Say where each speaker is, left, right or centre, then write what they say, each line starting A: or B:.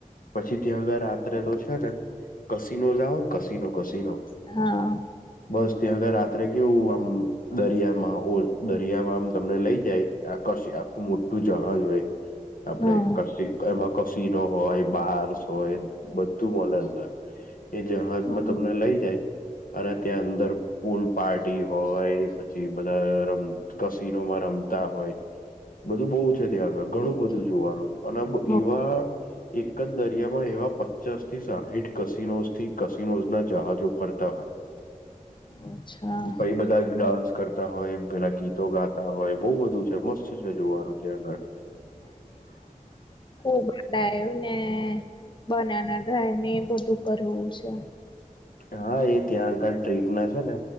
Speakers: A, on the left; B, on the left.
A: પછી ત્યાં અગર રાત્રે તો છે ને કસીનો જઓ ને કસીનો કસીનો.
B: હા.
A: બસ ત્યાંગ રાત્રે કેવું આમ દરિયા ઓ દરિયામાંમ તમને લઈ જાય આકાશી આખું મોટું જહાજ હોય. આપડ
B: હા
A: કશ એમાં કશિનો હોય બાર્સ હોય બધું મળેલ એ જહાજમાં
B: હમ
A: તમને લઈ જાય અને ત્યાં અંદર પૂલ પાર્ટી હોય પછી બધા રમ કસીનોમાં રમતા હોય. બધું બહુ છે ત્યાં આગળ
B: ઓકે
A: ઘણું બધું જોવાનું અને
B: હ
A: એવા એક જ દરિયામાં એવા પચાસ થી સાહીઠ કસિનો થી કસિનોઝ ના જહાજો ફરતા હોય
B: અચ્છા
A: ભાઈ બધા ડાન્સ કરતા હોય પેલા ગીતો ગાતા હોય બહુ બધું છે મસ્ત છે જોવાનું ત્યાંગ
B: ખૂબડા આવું ને બનાના ધાય ને એ બધું કરવું છે.
A: હા એ ત્યાં આગળ ટ્રીપ ના છે ને